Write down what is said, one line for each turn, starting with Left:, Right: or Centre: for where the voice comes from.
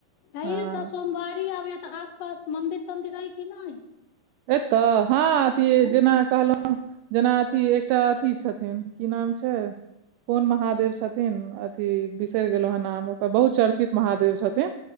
Left: हे
Right: हँ
Left: य तऽ सोमवारी आबैये तऽ आब पास मन्दिर तन्दिर अय की नहिै
Right: एतऽ हँ अथी
Left: हँ,
Right: जेना कहलौ जेना अथी एकटा अथी छथिन की नाम छै कोन महादेव छथिन अथि बिसरि गेलहु हन नाम ओकर बहुत चर्चित महादेव छथिन